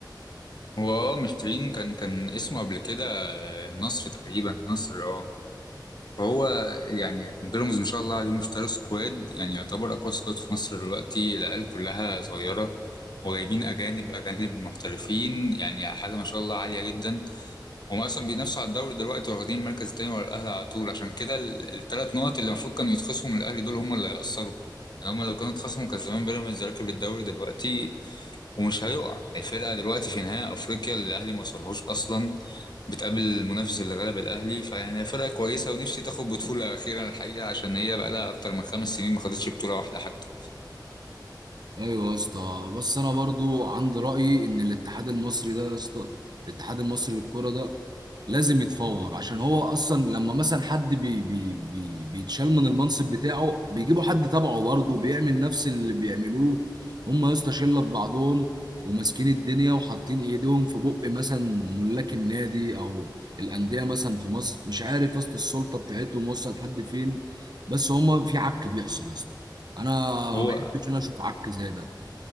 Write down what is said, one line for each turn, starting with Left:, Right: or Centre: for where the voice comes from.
Left: هو اه مشترين كان كان اسمه قبل كده آه، النصر تقريبا النصر اه هو يعني بيراميدز ما شاء الله عليهم اشتروا سكواد يعني يعتبر اقوى سكواد في مصر دلوقتي العيال كلها صغيره وجايبين اجانب اجانب محترفين يعني حاجه ما شاء الله عاليه جدا هم اصلا بينافسوا على الدوري دلوقتي واخدين المركز التاني ورا الاهلي على طول عشان كده الثلاث نقط اللي المفروض كانوا يتخصموا من الاهلي دول هم اللي هيأثروا يعني هم لو كانوا اتخصموا كان زمان بيراميدز راكب الدوري دلوقتي ومش هيقع الفرقه دلوقتي في نهائي افريقيا اللي الاهلي ما وصلهوش اصلا بتقابل المنافس اللي غلب الاهلي فيعني هي فرقه كويسه ونفسي تاخد بطوله اخيرا الحقيقه عشان هي بقى لها اكتر من خمس سنين ما خدتش بطوله واحده حتى
Right: ايوه يا اسطى بس انا برضو عندي رايي ان الاتحاد المصري ده يا اسطى الاتحاد المصري للكوره ده لازم يتفور عشان هو اصلا لما مثلا حد بي بي بي بيتشال من المنصب بتاعه بيجيبوا حد تبعه برضه بيعمل نفس اللي بيعملوه هم يا اسطى شله في بعضهم وماسكين الدنيا وحاطين ايديهم في بق مثلا ملاك النادي او الانديه مثلا في مصر مش عارف يا اسطى السلطه بتاعتهم وصل لحد فين بس هم في عك بيحصل يا اسطى انا ما
Left: هو
Right: بحبش انا اشوف عك زي ده